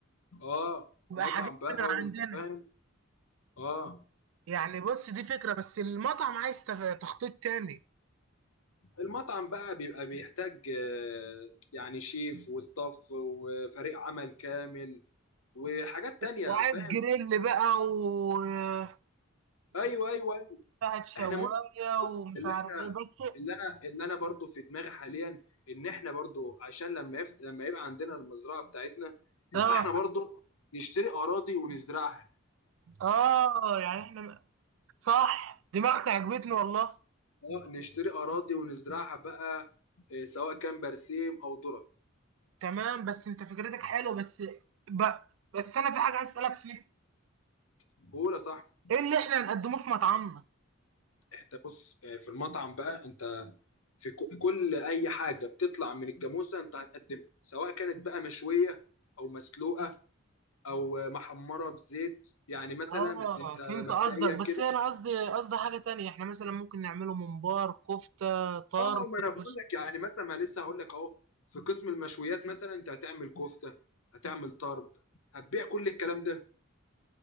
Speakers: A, on the left; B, on the right.
A: اه
B: يبقى
A: مطعم
B: حاجات
A: بقى
B: من عندنا
A: وانت فاهم اه
B: يعني بص دي فكره بس المطعم عايز تف- تخطيط تاني
A: المطعم بقى بيبقى بيحتاج آه، يعني شيف وستاف وفريق عمل كامل وحاجات تانية
B: وعايز
A: فاهم
B: جريل بقى وجريل
A: ايوه ايوه ايوه
B: بتاعت شوايه
A: احنا
B: ومش
A: اللي
B: عارف
A: احنا
B: ايه بس
A: اللي انا اللي انا برضو في دماغي حاليا ان احنا برضو عشان لما يفت... لما يبقى عندنا المزرعه بتاعتنا يبقى
B: اه
A: احنا برضو نشتري اراضي ونزرعها
B: اه يعني احنا صح دماغك عجبتني والله
A: اه نشتري اراضي ونزرعها بقى آه، سواء كان برسيم او ذره
B: تمام بس انت فكرتك حلوه بس ب... بس انا في حاجه عايز اسالك فيها
A: بقول صح
B: ايه اللي احنا هنقدمه في مطعمنا
A: انت بص آه، في المطعم بقى انت في ك- كل اي حاجه بتطلع من الجاموسه انت هتقدمها سواء كانت بقى مشويه او مسلوقه او آه، محمره بزيت يعني مثلا
B: اه
A: انت
B: فهمت
A: مبدئيا
B: قصدك
A: كده
B: بس انا قصدي قصدي حاجه تانية احنا مثلا ممكن نعمله ممبار كفته طرب
A: اه ما انا بقول
B: مش-
A: لك يعني مثلا ما لسه هقول لك اهو في قسم المشويات مثلا انت هتعمل كفته هتعمل طرب هتبيع كل الكلام ده